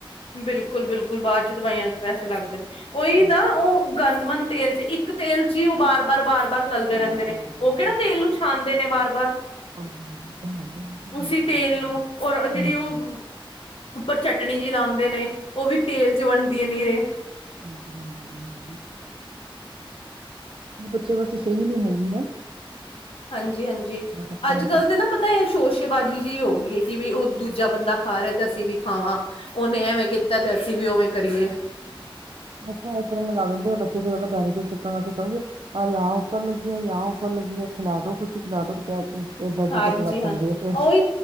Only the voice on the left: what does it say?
ਬਿਲਕੁਲ- ਬਿਲਕੁਲ ਬਾਅਦ ਚ ਦਵਾਈਆਂ ਚ ਪੈਸੇ ਲੱਗਦੇ ਨੇ ਉਹੀ
ਨਾ ਉਹ। ਗੰਦਮੰਦ ਤੇਲ ਚ ਇੱਕ ਤੇਲ ਚ ਹੀ ਉਹ ਬਾਰ- ਬਾਰ- ਬਾਰ -ਬਾਰ, ਚਲਦੇ ਰਹਿੰਦੇ
ਨੇ
ਉਹ ਕਿਹੜਾ
ਤੇਲ
ਨੂੰ ਛਾਣਦੇ
ਨੇ ਬਾਰ- ਬਾਰ।
ਉਸੀ ਤੇਲ
ਨੂੰ ਔਰ ਜਿਹੜੀ
ਉਹ ਉੱਪਰ ਚਟਣੀ। ਲਾਉਂਦੇ ਨੇ ਉਹ ਵੀ ਤੇਲ ਚ ਬਣਦੀ ਹੈ ਨੀਰੇ।
ਹਾਂਜੀ -ਹਾਂਜੀ
ਅੱਜ ਕੱਲ ਦੇ ਨਾ ਬਚ। ਤਾਂ ਇਹ ਸ਼ੋਸ਼ੇਬਾਜ਼ੀ ਜਿਹੀ ਹੋ ਗਈ ਏ ਕਿ ਵੀ ਉਹ ਦੂਜਾ ਬੰਦਾ ਖਾ ਰਿਹਾ ਤੇ ਅਸੀਂ ਵੀ। ਖਾਵਾਂ ਉਹਨੇ ਐਵੇਂ ਕੀਤਾ ਤੇ ਅਸੀਂ ਵੀ ਉਵੇਂ ਕਰੀਏ।
ਹਾਂਜੀ
ਹਾਂਜੀ
ਉਹੀ